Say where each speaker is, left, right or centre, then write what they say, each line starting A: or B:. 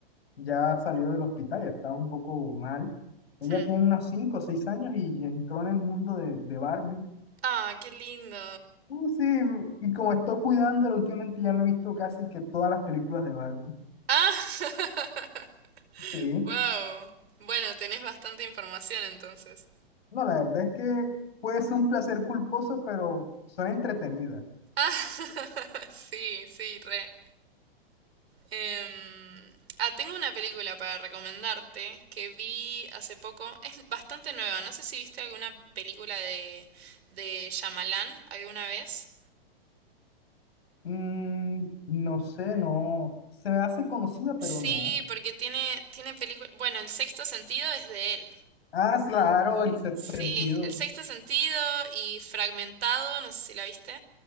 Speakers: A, on the left; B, on the right.
A: ya salió del hospital, ya estaba un poco mal. Ella
B: Hmm.
A: tiene unos 5 o 6 años y entró en el mundo de, de Barbie.
B: Ah, qué lindo.
A: Uh, sí, y como estoy cuidándola últimamente ya me he visto casi que todas las películas de Barbie.
B: Ah, <laughs>
A: Sí.
B: wow. Bueno, tenés bastante información entonces.
A: No, la verdad es que puede ser un placer culposo, pero son entretenidas.
B: Ah, <laughs> sí, sí, re. Em, ah, tengo una película para recomendarte que vi hace poco. Es bastante nueva. No sé si viste alguna película de, de Shyamalan alguna vez.
A: Mm, no sé, no. Se me hace conocida,
B: Sí,
A: pero no.
B: porque tiene, tiene películas... Bueno, El Sexto Sentido es de él.
A: Ah, claro, el sexto
B: Sí,
A: sentido.
B: El Sexto Sentido y Fragmentado, no sé si la viste.